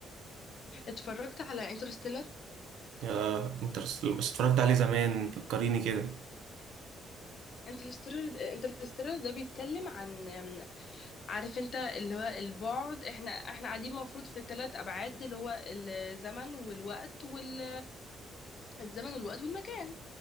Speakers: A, on the left; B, on the right.
A: اتفرجت على انترستيلر
B: يا انترستيلر بس اتفرجت عليه زمان فكريني كده
A: انترستيلر انترستيلر ده بيتكلم عن عارف انت اللي هو البعد احنا احنا قاعدين المفروض في ثلاث ابعاد اللي هو الزمن والوقت وال الزمن والوقت والمكان